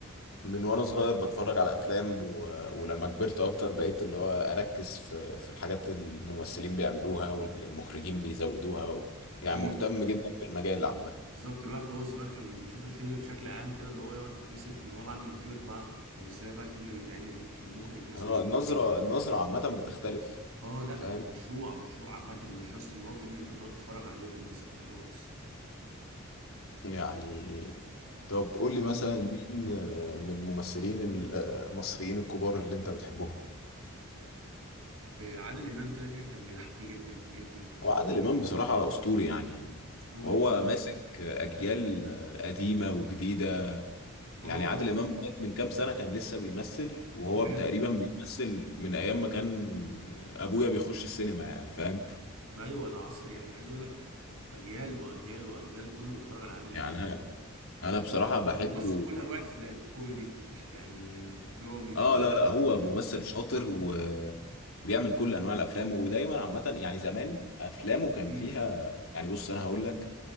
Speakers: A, on the left; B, on the right.
A: من وانا صغير بتفرج على افلام و... ولما كبرت اكتر بقيت اللي هو اركز في في الحاجات الممثلين بيعملوها والمخرجين بيزودوها و... يعني
B: امم
A: مهتم جدا بالمجال عامة
B: بالظبط الواحد وهو صغير كان بيشوف الفيلم بشكل عام كده اللي هو يقعد يتبسط انما بعد ما كبر بقى طب ازاي بقى الفيلم بيتعمل المخرج مثلا
A: اه النظرة
B: بيكتب ازاي
A: النظرة عامة بتختلف
B: اه لا
A: فاهم
B: هو مشروع مشروع عامه مش جاست ان هو فيلم انت بتقعد تتفرج عليه وتتبسط وخلاص
A: يعني طب قول لي مثلا مم. مين آه، من الممثلين المصريين الكبار اللي انت
B: مم.
A: بتحبهم
B: إيه، عادل امام كده كده كان بيضحكني جدا جدا
A: هو
B: يعني
A: عادل امام بصراحه اسطوري يعني
B: اسطوري
A: وهو ماسك اجيال قديمه وجديده
B: اه
A: يعني عادل
B: <laughs> لا
A: امام لغاية من كام سنه كان لسه بيمثل وهو
B: فعلا
A: تقريبا بيمثل من ايام ما كان ابويا بيخش السينما يعني فاهم
B: ايوه ده عصر يعني عايز اقول لك اجيال واجيال واجيال كله بيتفرج على عادل امام
A: يعني انا أنا بصراحه
B: لا
A: بحبه
B: وممثل كل انواع الافلام كوميدي مش يعني درامي كل
A: اه لا
B: حاجه
A: لا هو
B: كل
A: ممثل
B: حاجه
A: شاطر وبيعمل كل انواع الافلام ودايما عامه يعني زمان افلامه كان
B: امم
A: فيها يعني بص انا هقول لك